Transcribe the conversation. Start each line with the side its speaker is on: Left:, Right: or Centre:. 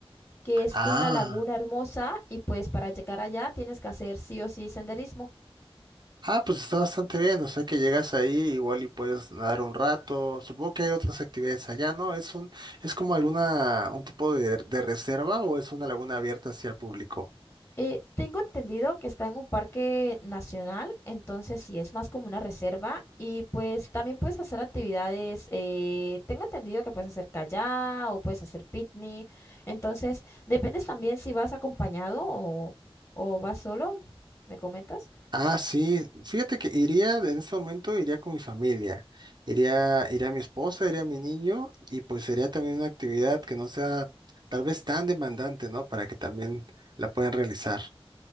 Left: que es
Right: Ah.
Left: una laguna hermosa y pues para llegar allá tienes que hacer sí o sí senderismo.
Right: Ah, pues está bastante bien, o sea que llegas ahí igual y puedes nadar un rato. Supongo que hay otras actividades allá, ¿no? ¿Es un, es como alguna, un tipo de, de reserva o es una laguna abierta hacia el público?
Left: Eh, tengo entendido que está en un parque nacional, entonces sí es más como una reserva y pues también puedes hacer actividades, eh, tengo entendido que puedes hacer kayak o puedes hacer picnic, entonces dependes también si vas acompañado o, o vas solo, ¿me comentas?
Right: Ah, sí, fíjate que iría, en este momento iría con mi familia, iría, iría mi esposa, iría mi niño y pues sería también una actividad que no sea tal vez tan demandante, ¿no? Para que también la puedan realizar.